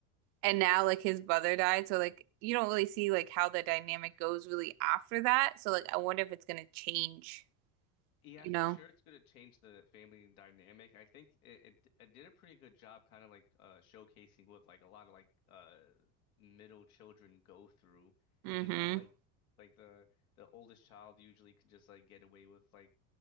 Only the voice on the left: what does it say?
Yeah,
for
sure, it's going to change the family dynamic. I think it, it it did a pretty good job, kind of like uh, showcasing what like a lot of like uh middle children go through.
You know, like like the the oldest child usually can just like get away with like